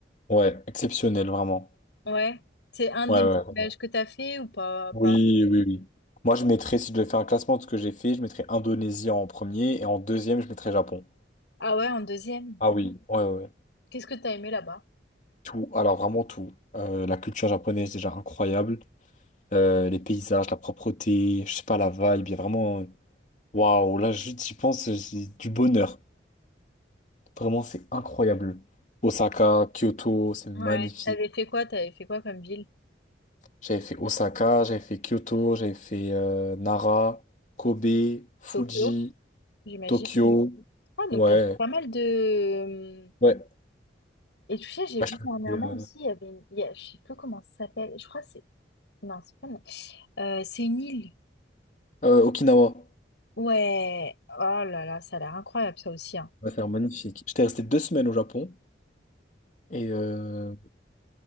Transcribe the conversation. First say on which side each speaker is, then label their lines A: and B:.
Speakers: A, on the left; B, on the left.
A: Ouais, exceptionnel, vraiment.
B: hein Ouais. C'est un des
A: Ouais, ouais.
B: meilleurs voyages que t'as fait ou pas,
A: Oui,
B: pas...
A: oui, oui. Moi, je mettrais, si je devais faire un classement de ce que j'ai fait, je mettrais Indonésie en premier et en deuxième, je mettrais Japon.
B: Ah ouais, en deuxième.
A: Ah oui, ouais, ouais. ouais.
B: Qu'est-ce que t'as aimé là-bas?
A: Tout, alors vraiment tout. Euh, la culture japonaise, déjà incroyable. Euh, les paysages, la propreté, je sais pas, la vibe, il y a vraiment. Waouh, là, juste, j'y pense, c'est du bonheur. Vraiment, c'est incroyable. Osaka, Kyoto, c'est magnifique.
B: Ouais. T'avais fait quoi? T'avais fait quoi comme ville?
A: J'avais fait Osaka, j'avais fait Kyoto, j'avais fait euh, Nara, Kobe, Fuji,
B: Tokyo, j'imagine.
A: Tokyo.
B: Ah, donc
A: Ouais,
B: t'as fait pas mal de, hum,
A: ouais.
B: Et tu sais, j'ai
A: Bah,
B: vu
A: je suis
B: dernièrement
A: resté, euh,
B: aussi, il y avait une, il y a- je sais plus comment ça s'appelle, je crois que c'est, non, c'est pas, euh, c'est une île.
A: euh, Okinawa.
B: Ouais, oh là là, ça a l'air incroyable ça aussi, hein.
A: Ouais, c'est magnifique. J'étais resté deux semaines au Japon. Et, euh,